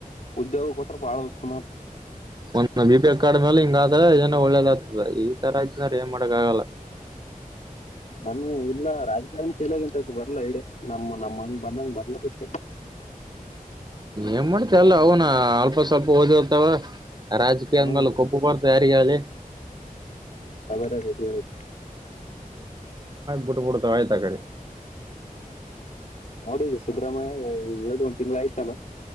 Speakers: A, on the left (about 55°); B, on the right (about 30°).
A: ಉದ್ಯೋಗ ಕೊಟ್ರ ಬಾಳ ಉತ್ತಮ
B: ಒಂದ ಬಿ ಪಿ ಎಲ್ ಕಾಡ ಮೇಲೆ ಹಿಂಗ ಆದ ಏನ ಒಳ್ಳೇದ ಆಗ್ತದ ಈ ತರ ಆಯ್ನ್ರೆ ಏನ್ ಮಾಡಕ್ ಆಗಲ್ಲ
A: ನನ್ ಇಲ್ಲ ರಾಜಕಾರಣಿ ತೆಲಿಯಗೆ ಎಂತದ್ದು ಬರಲ್ಲಾ ಇಡ ನಮ್ಮ ನಮ್ಮ ಹಂಗ ಬಂದಂಗ ಬರ್ಲದತ್ತಲ್ಲ
B: ಏನ್ ಮಾಡ್ತ ಅಲ್ಲ ಅವನ ಅಲ್ಪ ಸ್ವಲ್ಪ ಓದಿಗ್ತಾವ ರಾಜಕೀಯ
A: ಹ್ಮ್
B: ಮಲ್ಲ ಕಬ್ಬು ಪಡ್ತ ಯಾರ ಆಲ
A: ಹ ಬರ ರತಿವದು
B: ಬಿಟ್ಟುಬಡ್ತ ವಾಯತಕಾರಿ
A: ನೋಡಿಗ ಸಿದ್ದರಾಮಯ್ಯ ಹೇಳ್ದ್ ಒಂದ್ ತಿಂಗ್ಳ ಆಯ್ತಲ್ಲ